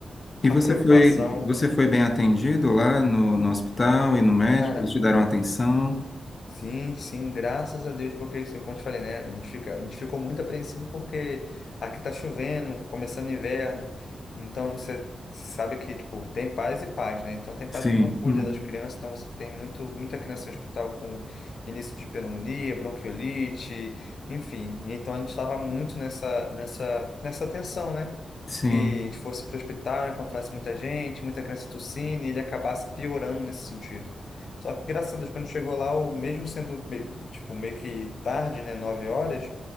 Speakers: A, on the left; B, on the left.
A: E
B: a
A: você
B: preocupação.
A: foi, você foi bem atendido lá no, no hospital e no médico?
B: Cara,
A: Eles te deram atenção?
B: Sim, sim, graças a Deus, porque assim, como eu te falei, né? A gente fica, a gente ficou muito apreensivo porque aqui tá chovendo, começando o inverno, então você sabe que, tipo, tem pais e pais, né? Então tem pais
A: Sim,
B: que não cuida
A: hum,
B: das crianças, então você tem muito, muita criança em hospital com início de pneumonia, bronquiolite, enfim. Então a gente estava muito nessa, nessa, nessa tensão, né?
A: sim.
B: Que a gente fosse para o hospital, encontrasse muita gente, muita criança tossindo, e ele acabasse piorando nesse sentido. Só que, graças a Deus, quando chegou lá, o mesmo sendo, me- tipo, meio que tarde, né? Nove horas,